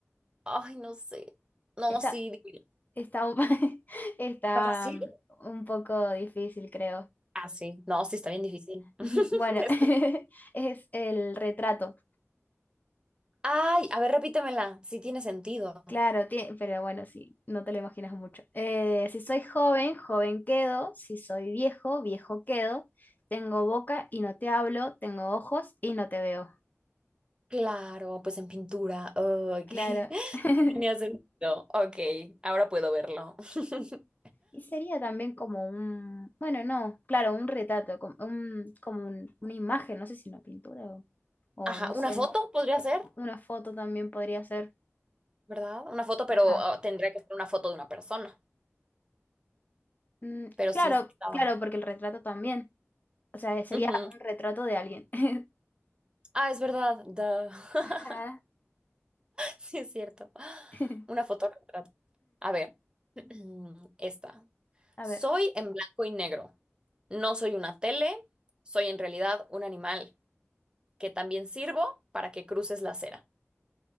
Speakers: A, on the right (about 20°); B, on the left (about 35°).
A: Ay, no sé. No,
B: Está,
A: sí. dime.
B: está, un- <laughs> está
A: ¿Está fácil?
B: um, un poco difícil, creo.
A: Ah, sí. No, sí, está bien difícil. <laughs>
B: Ujú, Bueno,
A: Es
B: <laughs> es el retrato.
A: Ay, a ver, repítemela, si tiene sentido.
B: Claro, tie- pero bueno, sí, no te lo imaginas mucho. Eh, si soy joven, joven quedo. Si soy viejo, viejo quedo. Tengo boca y no te hablo. Tengo ojos y no te veo.
A: Claro, pues en pintura. Ok.
B: Claro.
A: <laughs>
B: <laughs>
A: Sí Tenía sentido. Ok, ahora puedo verlo. <laughs>
B: Y sería también como un, bueno, no, claro, un retrato, como, un, como un- una imagen, no sé si una pintura o, o
A: Ajá,
B: no
A: una
B: sé,
A: foto podría ser,
B: una foto también podría ser.
A: ¿verdad? Una foto, pero
B: Ajá.
A: ah, tendría que ser una foto de una persona.
B: Mm,
A: Pero
B: claro,
A: sí, sí estaba.
B: claro, porque el retrato también, o sea, sería
A: Ujú.
B: un retrato de alguien. <laughs>
A: Ah, es verdad. Duh. <laughs>
B: Ajá.
A: Sí, es cierto.
B: <clears throat>
A: Una foto retrato. A ver, <clears throat> esta.
B: A
A: Soy
B: ver.
A: en blanco y negro. No soy una tele, soy en realidad un animal. que también sirvo para que cruces la acera.